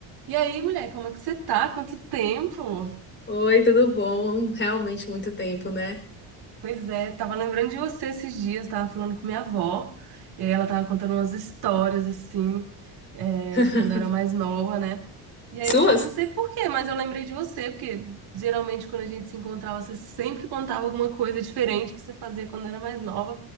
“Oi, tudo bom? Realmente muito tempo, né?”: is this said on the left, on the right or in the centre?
Left